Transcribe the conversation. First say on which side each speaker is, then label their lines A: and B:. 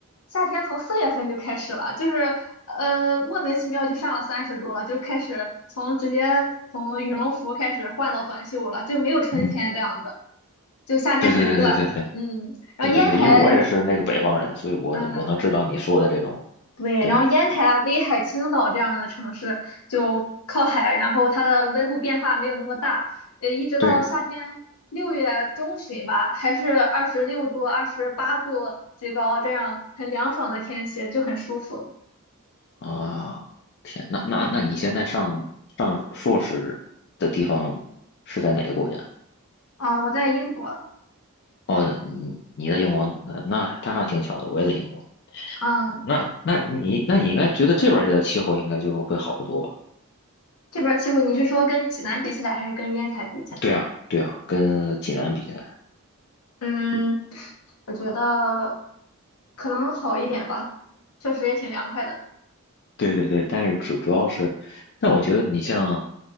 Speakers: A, on the left (about 80°); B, on the left (about 50°).
A: 夏天从四月份就开始了，就是呃莫名其妙就上了三十度了，就开始从直接从羽绒服开始换到短袖了，就没有春天这样子，
B: 嗯，
A: 就夏天很热。
B: 对对对对对对
A: 嗯，然后烟台，
B: 对对对，因为我也是那个北方人，所以我能我能知道你说的这种，
A: 嗯，对，
B: 对
A: 然后烟台啊、威海、青岛这样的城市就靠海，然后它的温度变化没有那么大，呃，一直到夏天六月中旬吧，
B: 对。
A: 还是二十六度、二十八度最高，这样很凉爽的天气就很舒服
B: 啊，天，那那那你现在上上硕士的地方是在哪个国家？
A: 啊。我在英国，
B: 哦，你你在英国，呃那那他还挺巧的，我也在英国。
A: 嗯，
B: 那那你那你应该觉得这边儿的气候应该就会好得多吧？
A: 这边儿气候你是说跟济南比起来，还是跟烟台比起来？
B: 对啊，对啊，跟济南比起来，
A: 嗯，我觉得可能好一点吧，确实也挺凉快的。
B: 对对对，但是主主要是，但我觉得你像，